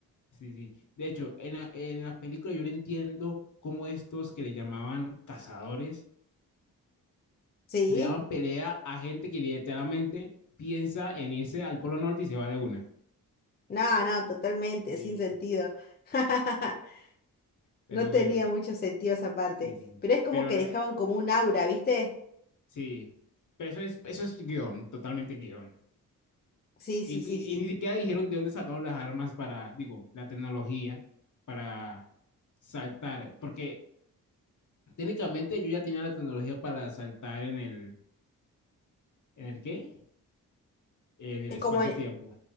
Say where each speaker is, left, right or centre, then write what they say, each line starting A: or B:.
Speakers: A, on the left (about 50°); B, on the left (about 25°).
A: sí, sí. De hecho, en la, en la película yo no entiendo cómo estos que le llamaban cazadores
B: ¿Sí?
A: le daban pelea a gente que literalmente piensa en irse al Polo Norte y se va de una.
B: No, no, totalmente,
A: Sí.
B: sin sentido. <laughs>
A: Pero
B: No tenía
A: bueno,
B: mucho sentido esa parte,
A: sí, sí, sí.
B: pero es como
A: Pero
B: que
A: la-
B: dejaban como un aura, ¿viste?
A: Sí, pero eso es, eso es guión, totalmente guión.
B: Sí, sí,
A: Y,
B: sí,
A: y-
B: sí.
A: y ni siquiera dijeron de dónde sacaron las armas para, digo, la tecnología para saltar, porque técnicamente yo ya tenía la tecnología para saltar en el, ¿en el qué? En el
B: Es
A: espacio-tiempo.
B: Como en,